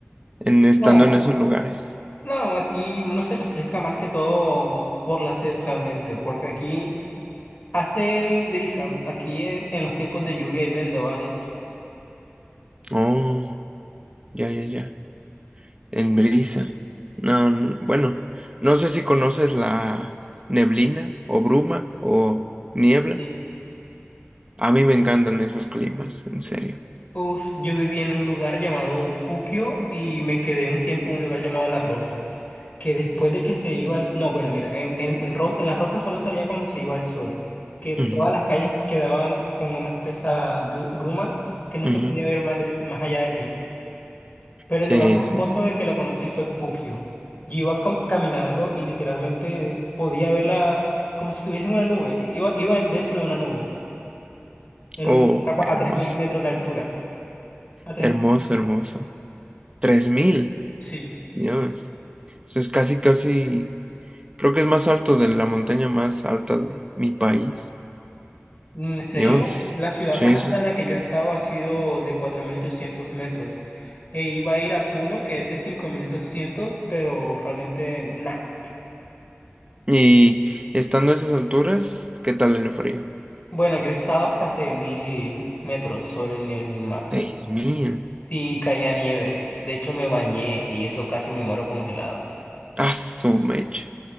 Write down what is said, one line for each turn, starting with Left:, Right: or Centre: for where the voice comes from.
Right: en estando
Left: No,
Right: en esos lugares.
Left: no, aquí uno se refresca más que todo por la sed realmente, porque aquí hace brisa, aquí eh, en los tiempos de lluvia hay vendavales.
Right: Oh, ya, ya, ya, en brisa, no, no, bueno, no sé si conoces la neblina o bruma o niebla.
Left: sí,
Right: A mí me encantan esos climas, en serio.
Left: Uf, yo viví en un lugar llamado Puquio y me quedé un tiempo en un lugar llamado Las Rosas, que después de que se iba al... No, bueno, mira, en, en, en Ro- en Las Rosas solo salía cuando se iba el sol, que todas
Right: Ujú,
Left: las calles quedaban con una espesa blu- bruma que no
Right: ujú.
Left: se podía ver más, de- más allá de ti. Pero
Right: Sí,
Left: el lugar más
Right: sí,
Left: hermoso
Right: sí.
Left: en el que la conocí fue Puquio. Yo iba cam- caminando y literalmente podía verla como si estuviese en una nube, iba, iba dentro de una nube, era
Right: Oh,
Left: un, a
Right: hermoso,
Left: 3.000 metros de altura. A tres.
Right: hermoso, hermoso. 3000,
Left: sí.
Right: Dios. Eso es casi, casi, creo que es más alto de la montaña más alta de mi país.
Left: Mm, ¿En serio?
Right: Dios.
Left: La ciudad
Right: Sí,
Left: más
Right: sí.
Left: alta en
Right: sí.
Left: la que yo he estado ha sido de 4.800 metros. E iba a ir a Puno, que es de 5.200, pero realmente nada.
Right: Y estando a esas alturas, ¿qué tal el frío?
Left: Bueno, yo he estado hasta 6.000 metros sobre el nivel del mar.
Right: 6000.
Left: Sí, caía nieve. De hecho, me bañé y eso casi me muero congelado.
Right: Ah, su mecha.